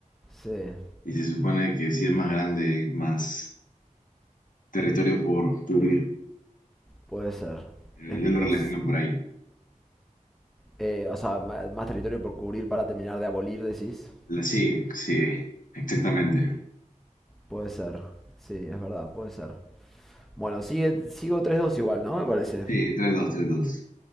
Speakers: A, in the centre; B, on the left.
A: Sí.
B: Y se supone que si es más grande, más territorio por cubrir.
A: Puede ser.
B: Pero
A: Es,
B: yo lo
A: es-
B: relaciono por ahí.
A: eh, o sea, ma- más, territorio por cubrir para terminar de abolir, decís.
B: La sí, sigue. Exactamente.
A: Puede ser. Sí, es verdad, puede ser. Bueno, sigue, sigo tres dos igual, ¿no? Me parece.
B: Sí, tres dos, tres dos.